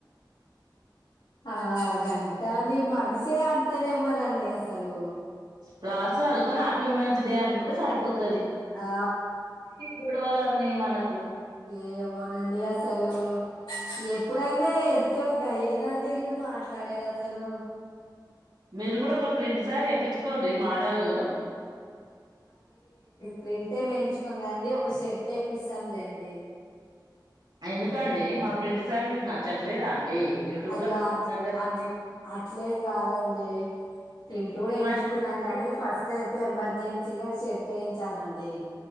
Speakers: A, on the left; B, on the right.
A: ఆగాం అండి మనిషే అంతనేమోనండి అసలు
B: ఫ్లవస్ల్లుొని హ్యాపీ ఉమెన్స్ డే అనుంటే సరిపోతుంది
A: ఆ
B: గొడవలన్నీ మనకు
A: ఏమోనండి అసలు ఎప్పుడైనా ఎదు ప వాళ్ళకి అయ్యేదండి ఇల్లు మాట్లాడేది అసలు
B: మీరు కూడా ఒక ప్రింట్ సారి వేప్పించుకోండి మోడల్
A: ప్రింటట్ మేయించుకోం కదండి ఒక షర్ట్ వేప్పస్తాంలే అండి
B: ఎందుకండి మా ప్రింట్ సార్ మీకు నచ్చట్లేదా అండి యూట్యూబ్
A: అయ్యో
B: లో పెడుతున్నారు
A: అట్
B: కదండి
A: అట్ అట్లేం కాదండి అ ప్రింట్ కూడా ఎయించుకున్నాం
B: మరి
A: గాని ఫస్ట్ అయి ఎమర్జెన్సీగా సెట్ అయించాలండి